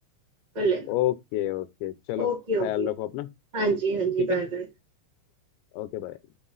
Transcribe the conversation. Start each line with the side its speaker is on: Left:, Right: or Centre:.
Right: कर लेना
Left: ओके ओके चलो
Right: Okay
Left: ख्याल
Right: okay
Left: रखो अपना
Right: हाँ जी हाँ जी
Left: ठीक
Right: बाय
Left: है
Right: बाय
Left: Okay bye